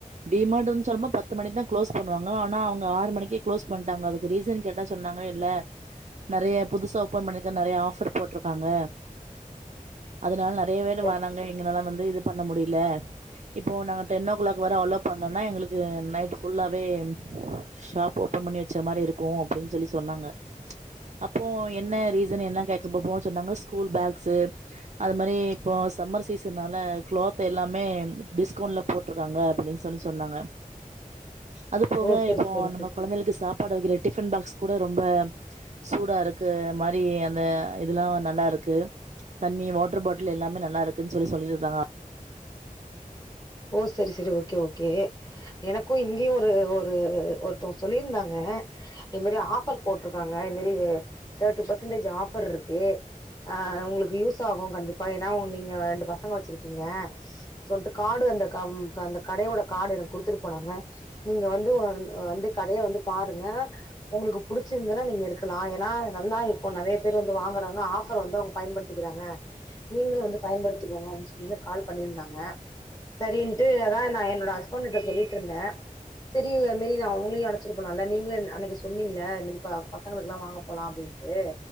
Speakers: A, on the right (about 50°); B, on the left (about 25°).
A: டி மார்ட்டுன் சொல்லம்போ பத்து மணிக்தான் க்ளோஸ் பண்ணுவாங்க ஆனா அவுங்க ஆறு மணிக்கே க்ளோஸ் பண்ட்டாங்க அதுக்கு ரீசன் கேட்டா சொன்னாங்க இல்ல நெறைய புதுசா ஓப்பன் பண்ணிருக்க நெறையா ஆஃபர் போட்ருக்காங்க அதனால நெர் ரே பேர்
B: ஓ
A: மானாங்க எங்கனலா வந்து இதுப் பண்ண முடில இப்போ நாங்க டென் ஓக் கிளாக் வர அலோப் பண்ணனா எங்களுக்கு நைட்டுச் ஃபுல்லாவே ஷாப் ஓப்பன் பண்ணி வச்ச மாரி இருக்கு அப்டின் சொல்லி சொன்னாங்க அப்போ என்ன ரீசன் என்ன கேட்க போ போ சொன்னாங்க ஸ்கூல் பேக்ஸ்ஷு அது மாரி இப்போ சம்மர் சீசனால குளோத் எல்லாமே டிஸ்கவுண்ட்லப் போட்ருக்காங்க அப்டின் சொல்லி சொன்னாங்க அதுப் போக
B: ஓ சரி
A: இப்போ
B: சரி
A: நம்ம
B: சரி
A: கொழந்தைகளுக்கு சாப்பாடு வக்கிற டிஃபன் பாக்ஸ் கூட ரொம்ப சூடா இருக்கு மாரி அந்த இதுலா நல்லாருக்கு தண்ணி வாட்ரு பாட்லு எல்லாமே நல்லாருக்குன் சொல்லி சொல்லிருந்தாங்க
B: ஓ செரி செரி ஓகே ஓகே எனக்கு இங்கியு ஒரு ஒர் ஒரு ஒருத்தவுங்க சொல்லிருந்தாங்க இது மேரி ஆஃபர் போட்ருக்காங்க இது மேரி தேர்ட்டி பர்சன்டேஜூ ஆஃபர்ருக்கு அ உங்ளுக்கு யூஸ் ஆகு கண்டிப்பா ஏனா வு நீங்க ரெண்டு பசங்க வச்சிருக்கீங்க சொன்ட்டுக்கு கார்டு அந்த கம் கந்தக் கடையோட கார்டு எனக் குடுத்துடு போனாங்க நீங்க வந்து ஒ வந்து கடைய வந்து பாருங்க ஒங்குளுக்கு புடிச்சிந்தனா நீங்க எடுக்கலா ஏனா நல்லா இருக்கு நெறைய பேர் வந்து வாங்கறாங்க ஆஃபர் வந்து அவுங்கப் பயன்படுத் திக்கிறாங்க நீங்களு வந்து பயன்படுத்திக்கோங்க அப்டின் சொல்லி கால் பண்ணிருந்தாங்க சரின்ட்டு அதா நா என்னோட ஹஸ்பண்ட் கிட்ட சொல்லிட்ருந்தே செரி இல்ல இன் மேரி நா அவுங்ளியு அழச்சிட்டு போலா இல்ல நீங்ளு என் அன்னைக்கு சொன்னீங்ள இன் மேரி ப பசங்ளுக்குலா வாங்கப் போலா அப்டின் ட்டு